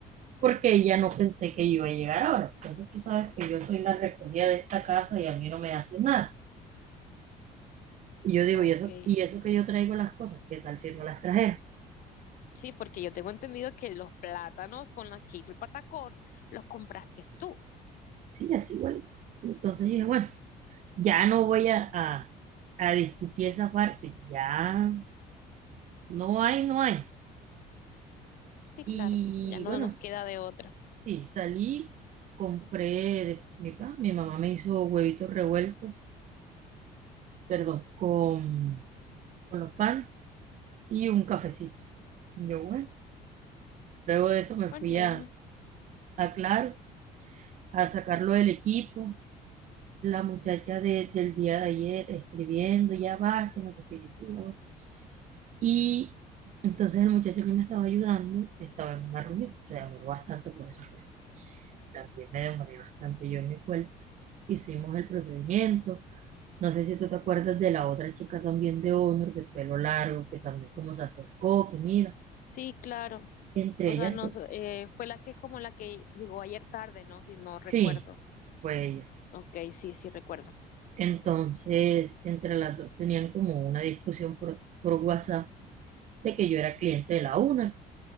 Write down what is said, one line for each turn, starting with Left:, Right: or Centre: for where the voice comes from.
Right: porque ya no pensé que yo iba a llegar ahora. Entonces tú sabes que yo soy la recogida de esta casa y a mí no me hacen nada. Y yo digo,
Left: Ok.
Right: ¿y eso, y eso que yo traigo las cosas? ¿Qué tal si no las trajera?
Left: Sí, porque yo tengo entendido que los plátanos con los que hizo el patacón los compraste tú.
Right: Sí, así igualito. Entonces dije, bueno, ya no voy a, a, a discutir esa parte. Ya no hay, no hay.
Left: Sí, claro.
Right: Y
Left: Ya no
Right: bueno,
Left: nos queda de otra.
Right: sí, salí, compré de mi pan. Mi mamá me hizo huevitos revueltos, perdón, con, con los pan y un cafecito. Y Yo, bueno. Luego de eso me
Left: Bueno,
Right: fui a,
Left: Ernesto,
Right: a Claro a sacarlo del equipo. La muchacha de- del día de ayer escribiendo, ya basta no sé qué yo sí, ya voy. Y entonces el muchacho que me estaba ayudando estaba en una reunión. Se demoró bastante, por eso pues, también me demoré bastante yo en mi vuelta Hicimos el procedimiento. No sé si tú te acuerdas de la otra chica también de Honor, de pelo largo, que también como se acercó, que mira,
Left: sí, claro.
Right: entre
Left: O sea,
Right: ellas
Left: nos,
Right: dos.
Left: eh, fue la que como la que llegó ayer tarde, ¿no? Si no recuerdo.
Right: Sí, fue ella.
Left: Ok, sí, sí recuerdo.
Right: Entonces, entre las dos tenían como una discusión por, por WhatsApp de que yo era cliente de la una.